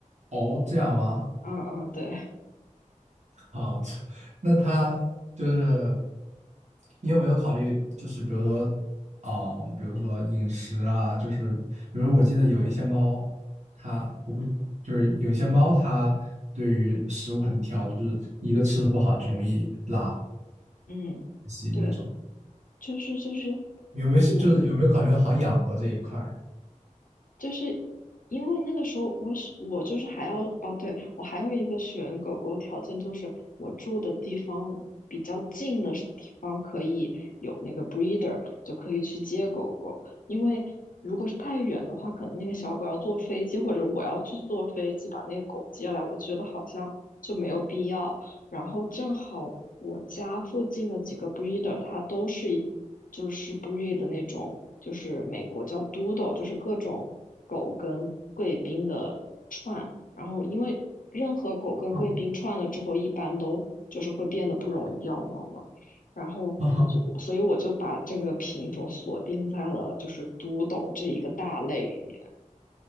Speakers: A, on the right; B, on the left.
A: 哦，这样吗？
B: 嗯嗯，对，
A: 好，这那它就是你有没有考虑，就是比如说，啊、比如说饮食啊，就是比如说我记得有一些猫，它我不是就是有一些猫它对于食物很挑，就是一个吃的不好就容易拉
B: 嗯。
A: 稀那种。
B: 对，就是就是，
A: 有没有就是有没有考虑好养活这一块儿？
B: 我就是因为那个时候我是我就是还要哦，对，我还有一个选狗狗条件就是我住的地方比较近的地方可以有那个 breeder，就可以去接狗狗。因为如果是太远的话，可能那个小狗要坐飞机，或者我要去坐飞机把那个狗接来，我觉得好像就没有必要。然后正好我家附近的几个 breeder，它都是就是 breed 的那种，就是美国叫 Doodle，就是各种狗跟贵宾的串。然后因为任何狗跟贵宾串了之后，
A: <laughs>
B: 一般都就是会变得不容易掉毛嘛。然后我就，
A: 哦，
B: 所以我就把这个品种锁定在了就是 Doodle 这一个大类里面。